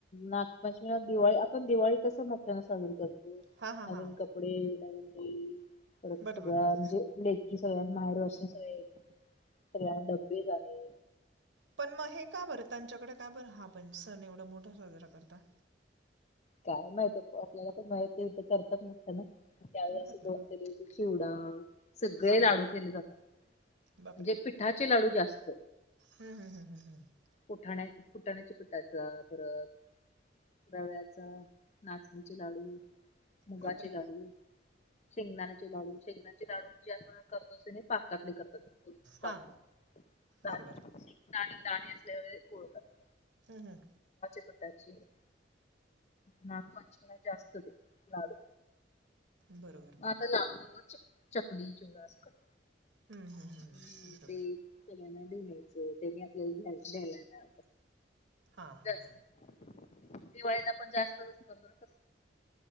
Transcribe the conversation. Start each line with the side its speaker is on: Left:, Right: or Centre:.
Left: नागपचमी दिवाळी आपण दिवाळी कस मोठ्यानं साजरी करतो
Right: हां हां
Left: नवीन
Right: हां
Left: कपडे, नवीन हे परत
Right: बरं
Left: सगळ्या
Right: बरं बरं
Left: म्हणजे सगळ्यां माहेर वर्षच सगळ्यांना डब्बे झाले.
Right: पण मग हे का बरं त्यांच्याकडे काय बरं हा पण सण एवढा मोठा साजरा करता.
Left: काय माहित आपल्याला पण माहिती नाय करतात म्हणताना ना त्यावेळी
Right: बरं
Left: असं
Right: बरं
Left: दोन ते दिवस. सगळे
Right: हां हां
Left: लाडू केले जातात
Right: बापरे
Left: म्हणजे पिठाचे लाडू जास्त.
Right: हं, हं, हं, हं, हं.
Left: फुठाण्या पुठाण्याच्या पिटाचा परत. रव्याच नाचणीचे लाडू. मुगा
Right: बापरे
Left: चे लाडू. शेंगदाण्याचे लाडू. लाडू शेगदाण्याचे लाडू जे आपण करतो असते पाकातले करतात. पाक
Right: हां
Left: दाणे
Right: बरोबर.
Left: दाणे <unintelligible> <unintelligible>
Right: हम् हम्
Left: <unintelligible> नागपंचमी ला जास्त देतात लाडू.
Right: बरोबर बरोबर
Left: आ आता लाडू बरोबर च चकली चिवडा सकट.
Right: हं, हं, हं.
Left: ह
Right: बरोबर
Left: तेच ना. <unintelligible> त्यांनी आपल्या द्यायला येणार
Right: हा हा
Left: जास्त
Right: हा.
Left: दिवाळीत आपण जास्तचत करतो ना.